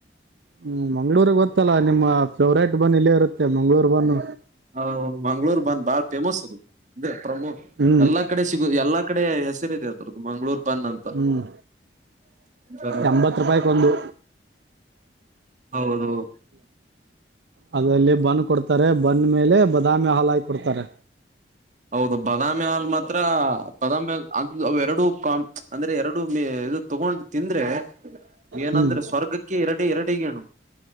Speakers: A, on the right; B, on the right.
A: ಹ್ಮ್ ಮಂಗಳೂರು ಗೊತ್ತಲ್ಲಾ ನಿಮ್ಮ ಫೇವರೇಟ್ ಬನ್ ಇಲ್ಲ ಇರುತ್ತೆ ಮಂಗಳೂರು ಬನ್.
B: ಹ ಮಂಗಳೂರು ಬನ್ ಬಹಳ ಫೇಮಸ್ ಅದು ಅದೇ. ಪ್ರಮೋ
A: ಹ್ಮ್
B: ಎಲ್ಲಾ ಕಡೆ ಸಿಗ ಎಲ್ಲಾ ಕಡೆ ಹೆಸರಿದೆ ಅದು. ಮಂಗಳೂರು. ಬನ್ ಅಂತ
A: ಹ್ಮ್
B: ಬರ
A: ಎಂಬತ್ತು ರೂಪಾಯಿಕ್ ಒಂದು
B: ಹೌದ್ ಹೌ.
A: ಅದರಲ್ಲಿ ಬನ್ ಕೊಡ್ತಾರೆ ಬನ್ ಮೇಲೆ ಬಾದಾಮಿ ಹಾಲು ಹಾಕಿ ಕೊಡ್ತಾರೆ.
B: ಹೌದು ಬಾದಾಮಿ ಹಾಲ್ ಮಾತ್ರ ಬಾದಾಮಿ ಹಾಲು. ಅ ಎರಡು ಕ ಅಂದ್ರೆ ಎರಡು ಒಮ್ಮೆ ಇದು. ತಗೊಂಡ ತಿಂದ್ರೆ ಏನಂದ್ರೆ
A: ಹ್ಮ್
B: ಸ್ವರ್ಗಕ್ಕೆ ಎರಡ ಎರಡಗಏನು